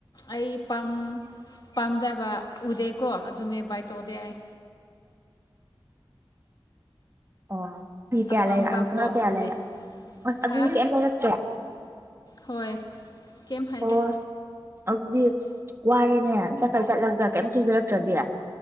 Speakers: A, on the left; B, on the right.
A: ꯑꯩ ꯄꯥꯝ ꯄꯥꯝꯖꯕ ꯎꯗꯦꯀꯣ ꯑꯗꯨꯅꯦ ꯕꯥꯏ ꯇꯧꯗꯦ ꯑꯩ
B: ꯑꯣ ꯐꯤ ꯀꯌꯥ
A: ꯑꯄꯥꯝꯕ
B: ꯂꯩꯔꯛꯑꯕ ꯈꯪꯒ꯭ꯔꯥ
A: ꯄꯣꯠ
B: ꯀꯌꯥ
A: ꯎꯗꯦ
B: ꯂꯩꯔꯦ ꯑꯥ ꯑꯗꯨꯗꯤ
A: ꯍꯥ
B: ꯀꯩꯝ ꯂꯩꯔꯛꯇ꯭ꯔꯦ
A: ꯍꯣꯏ ꯀꯩꯝ ꯍꯥꯏꯗꯦ
B: ꯑꯣ ꯑꯗꯨꯗꯤ ꯋꯥꯔꯦꯅꯦ ꯆꯠꯀꯩ ꯆꯠꯂꯒ ꯀꯩꯝ ꯁꯨ ꯂꯩꯔꯛꯇ꯭ꯔꯥꯗꯤ